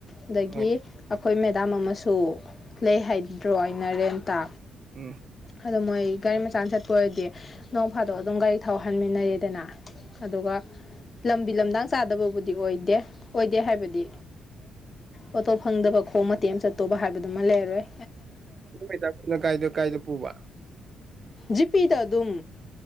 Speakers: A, on the left; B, on the right.
A: ꯑꯗꯒꯤ
B: ꯍꯣꯏꯅꯦ
A: ꯑꯩꯈꯣꯏ ꯃꯦꯗꯥꯝ ꯑꯃꯁꯨ ꯂꯩ ꯍꯥꯏꯒꯤꯗ꯭ꯔꯣ ꯑꯩꯅ ꯔꯦꯟꯇꯥ
B: ꯌꯦ
A: ꯑꯗꯣ ꯃꯣꯏ ꯒꯥꯔꯤ ꯃꯆꯥ ꯆꯠꯄ ꯑꯣꯏꯔꯗꯤ ꯅꯣꯡ ꯐꯥꯗꯣꯛ ꯑꯗꯨꯝ ꯒꯥꯔꯤ ꯊꯥꯎ ꯍꯟꯃꯤꯟꯅꯔꯦꯗꯅ ꯑꯗꯨꯒ ꯂꯝꯕꯤ ꯂꯝꯗꯥꯡ ꯆꯥꯗꯕꯕꯨꯗꯤ ꯑꯣꯏꯗꯦ ꯑꯣꯏꯗꯦ ꯍꯥꯏꯕꯗꯤ ꯑꯣꯇꯣ ꯐꯪꯗꯕ ꯈꯣꯡ ꯃꯇꯦꯛ ꯑꯃ ꯆꯠꯇꯧꯕ ꯍꯥꯏꯕꯗꯨꯃ ꯂꯩꯔꯥꯔꯣꯏ
B: ꯅꯩ ꯇꯥꯛꯅ ꯀꯥꯏꯗ ꯀꯥꯏꯗ ꯄꯨꯕ
A: ꯖꯤꯄꯤꯗ ꯑꯗꯨꯝ